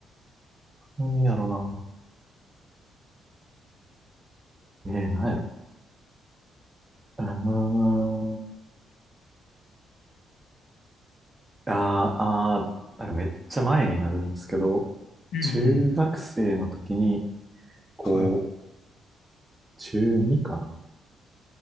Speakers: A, on the right; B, on the left.
A: 何やろな。ねえ、何やろ。うーん。あーあー、なんかめっちゃ前になるんですけど、
B: うんうん。
A: 中学生の時に、こう、
B: はい。
A: 中2かな